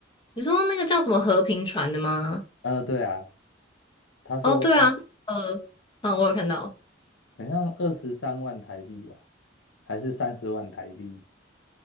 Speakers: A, on the left (about 25°); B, on the left (about 75°).
A: 你说那个叫什么和平船的吗？
B: 呃，对啊，他说。
A: 哦，对啊，呃，嗯，我有看到，
B: 好像二十三万台币吧，还是三十万台币？